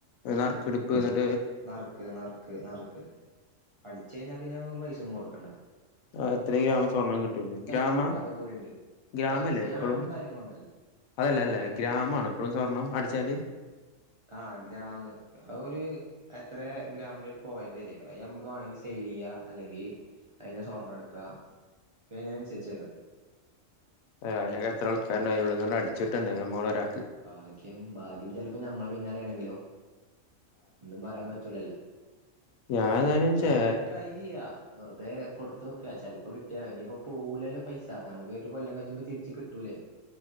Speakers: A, on the left; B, on the right.
A: നർ ബ്ൺ
B: നർക്ക് നർക്ക് നർക്ക് അട്ച്ചേഞ്ഞാ പിന്നെ പൈസൊന്നും കൊട് അല്ല
A: അ ത്രീയാവുമ്പൊ സ്വർണ്ണം കിട്ടും ഗ്രാമാ
B: കൊടുക്കാത്ത കുറിണ്ട്
A: ഗ്രാമല്ലേ
B: ഏ സ്കാമും
A: പ്പളും
B: കാര്യങ്ങളൊന്നുല്ല
A: അതല്ലല്ലേ ഗ്രാമാണോ പ്പളും സ്വർണ്ണം അടിച്ചാൽ
B: ആ ഗ്രാം അതൊരു എത്രേ ഗ്രാമിന്റൊരു കോയിൻ തരോയ് അത് നമ്മക്ക് വാണങ്കി സേവയ്യാ അല്ലെങ്കി അയ്ന് സ്വർണ്ണം ട്ക്കാ ല്ലേൻ അൻസര്ച്ച്
A: അയ്നൊക്കെ എത്രാൾക്കാര്ണ്ട് അയ്ന്റുള്ളന്നാണ്ട് അട്ച്ച് കിട്ടണ്ടേ അമ്മളൊര്
B: ഭാഗ്യം ഭാഗ്യം ചെൽ നമ്മളെ പിന്നാലേണങ്കിലോ ഒന്നും പറയാൻ പറ്റൂലല്ലോ
A: ഞാൻ ഏതായാലും
B: വെർതൊരു
A: ചേ
B: ട്രൈ ചെയ്യാ വെർതേ കൊടത്തോക്കാ ചെൽപ്പം കിട്ട്യാലോ ഞ്ഞിപ്പം പോവൂലല്ലോ പൈസ ഞമ്മക്ക് ഒരു കൊല്ലം തിരിച്ച് കിട്ടൂലേ